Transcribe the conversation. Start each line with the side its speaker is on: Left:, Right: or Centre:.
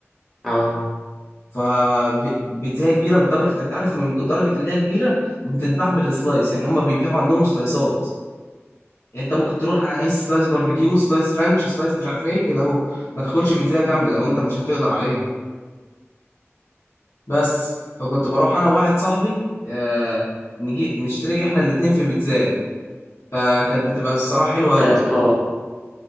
Centre: أه
Left: فبيتزا كبيره لدرجه انت عارف من درجه اللي هي كبيره بتتباع بالسلايس يعني هما بيبيعوا عندهم سلايسات يعني انت ممكن تروح عايز سلايس باربيكيو سلايس رانش سلايس مش عارف ايه كده اهو ما تاكلش بيتزا كامله لو انت مش هتقدر عليها بس فكنت بروح انا وواحد صاحبي آه نجي نشترك احنا الاتنين في بيتزاية فكانت بتبقى الصراحة حلوة
Centre: لا
Left: قوي
Centre: يا اسطى